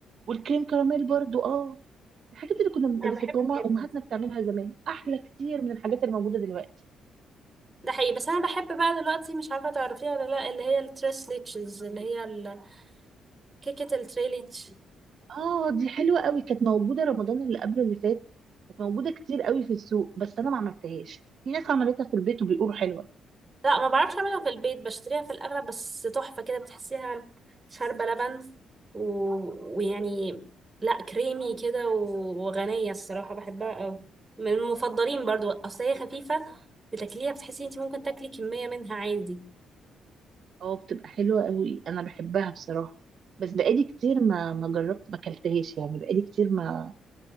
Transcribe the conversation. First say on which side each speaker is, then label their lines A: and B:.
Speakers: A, on the right; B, on the right.
A: والكريم كراميل برضو اه الحاجات اللي كنا اللي
B: انا بحبه
A: كانت ماما
B: جدا
A: أمهاتنا بتعملها زمان أحلى كتير من الحاجات اللي موجودة دلوقتي
B: ده حقيقي بس انا بحب بقى دلوقتي مش عارفه تعرفيها ولا لا اللي هي التريس ليتشز اللي هي ال- كيكه التري ليتش
A: اه دي حلوة قوي كانت موجودة رمضان اللي قبله اللي فات كانت موجودة كتير قوي في السوق بس أنا ما عملتهاش في ناس عملتها في البيت وبيقولوا حلوة
B: لا ما بعرفش اعملها في البيت بشتريها في الاغلب بس تحفة كده بتحسيها شاربة لبن و... ويعني لا كريمي كده و- وغنية الصراحة بحبها قوي من المفضلين برضو اصل هي خفيفة بتاكليها بتحسي انت ممكن تاكلي كمية منها عادي
A: اه بتبقى حلوة قوي انا بحبها بصراحة بس بقالي كتير ما ما جربت ما اكلتهاش يعني بقالي كتير ما